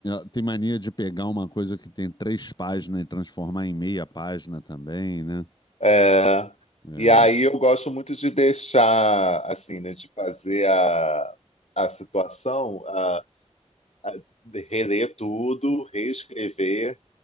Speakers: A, on the left; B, on the left.
A: Eh, Tem mania de pegar uma coisa que tem três páginas e transformar em meia página também, né?
B: É,
A: É.
B: e aí eu gosto muito de deixar, assim, né, de fazer a, a situação, a, a reler tudo, reescrever